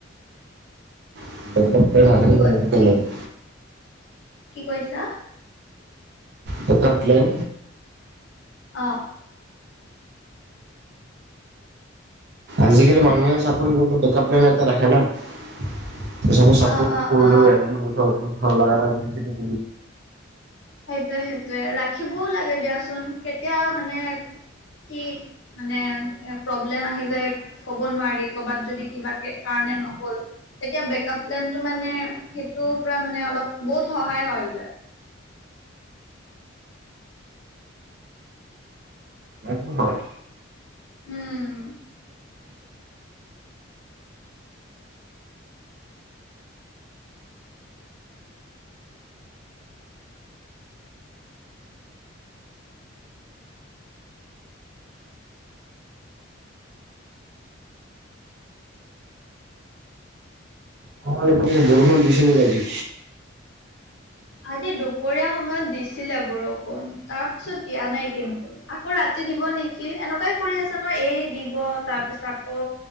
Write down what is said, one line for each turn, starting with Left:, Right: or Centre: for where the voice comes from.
Right: <unintelligible>
Left: কি ক কি কি কৈছা?
Right: বেকআপ প্লেন
Left: অ
Right: আজিকালি মানুহে চাকৰি কৰিলেও বেকআপ প্লেন এটা ৰাখে ন সব চাকৰি
Left: অ অ
Right: কৰিলেও
Left: অ
Right: ভাল লাগা নাই বুলি এৰি দি
Left: সেইটোৱে সেইটোৱে ৰাখিবও লাগে দিয়াচোন কেতিয়া মানে কি মানে এ প্ৰব্লেম আহি যায় ক'ব নোৱাৰি কবাত যদি কিবা কে কাৰণে নহ'ল। এতিয়া বেকআপ প্লেনটো মানে সেইটো পৰা মানে অলপ বহুত সহায় হয় যা।
Right: সেটো হয়।
Left: উম।
Right: তোমাৰ সেইফালে বৰুষুণ দিছে নেকি আজি?
Left: আজি দুপৰীয়া সময়ত দিছিলে বৰষুণ তাৰ পিছত দিয়া নাই কিন্তু। আকৌ ৰাতি দিব নেকি এনেকুৱাই কৰি আছে ন এই দিব তাৰ পিছত আকৌ